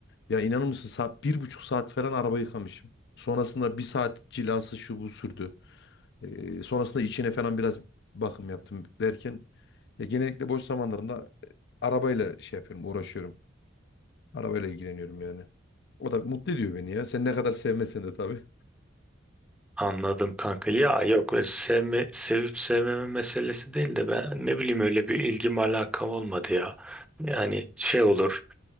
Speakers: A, on the left (about 60°); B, in the centre.
A: Ya inanır mısın saat, bir buçuk saat falan araba yıkamışım. Sonrasında bir saat cilası şu bu sürdü. Ee, sonrasında içine falan biraz bakım yaptım derken ya genellikle boş zamanlarımda e, arabayla şey yapıyorum uğraşıyorum. Arabayla ilgileniyorum yani. O da mutlu ediyor beni ya. Sen ne kadar sevmesen de tabii.
B: Anladım kanka. Ya yok öyle sevme, sevip sevmeme meselesi değil de ben ne bileyim öyle bir ilgim alakam olmadı ya. Yani şey olur